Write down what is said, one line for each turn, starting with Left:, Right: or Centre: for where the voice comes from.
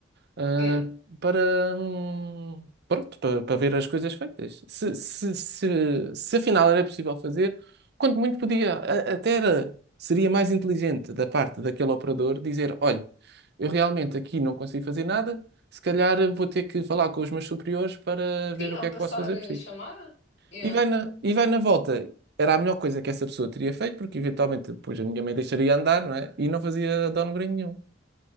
Right: ah,
Left: Yeah.
Right: para, hum, pronto, para, para ver as coisas feitas. Se, se, se, se afinal era possível fazer, quanto muito podia, a- até era, seria mais inteligente da parte daquele operador dizer: olha, eu realmente aqui não consigo fazer nada, se calhar vou ter que falar com os meus superiores para
Left: Sim,
Right: ver o
Left: ao
Right: que é
Left: passar
Right: que posso fazer
Left: a
Right: por si.
Left: chamada? Yeah.
Right: E vai na, e vai na volta. Era a melhor coisa que essa pessoa teria feito, porque eventualmente depois a minha mãe deixaria andar, não é? E não fazia downgrade nenhum.